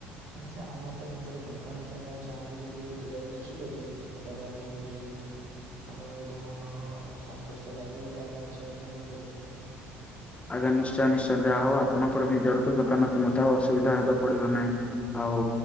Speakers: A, on the right (about 65°); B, on the left (about 20°).
A: ନି ସା ଆମର ତ ନିଜର ଦୋକାନ ଅଛି ଆପଣ ଚାହାଁବେ ଯଦି ସେଠି ଯାଇ ଦେଖିପାରିବେ। କଉଟା ଭଲ ଲାଗୁଛି ଯଦି ଆପଣଙ୍କର ଯଦି ମନ ସନ୍ତୁଷ୍ଟ ଲାଗିବ ତ ଆପଣ କିଣିକି ଆଣିପାରିବେ।
B: ଆଜ୍ଞା ନିଶ୍ଚୟ ନିଶ୍ଚୟ ଯାହା ହଉ ଆପଣଙ୍କର ନିଜର ତ ଦୋକାନ ତ ମତେ ଆଉ ଅସୁବିଧା ହେବା ପଡିବ ନାହିଁ। ଆଉ